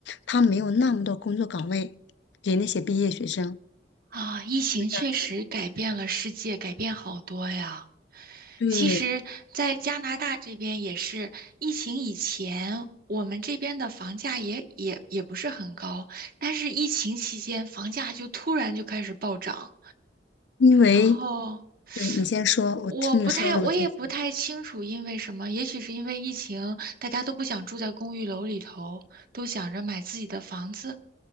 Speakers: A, on the left; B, on the right.
A: 他没有那么多工作岗位给那些毕业学生，
B: 啊，疫情确实改变了世界，
A: 就这样子。
B: 改变好多呀。
A: 对，
B: 其实，在加拿大这边也是疫情以前，我们这边的房价也也也不是很高，但是疫情期间房价就突然就开始暴涨，
A: 因为
B: 然后
A: 对你先说，
B: 我不太，
A: 我听你说完我再讲
B: 我也不太清楚因为什么，也许是因为疫情，大家都不想住在公寓楼里头，都想着买自己的房子。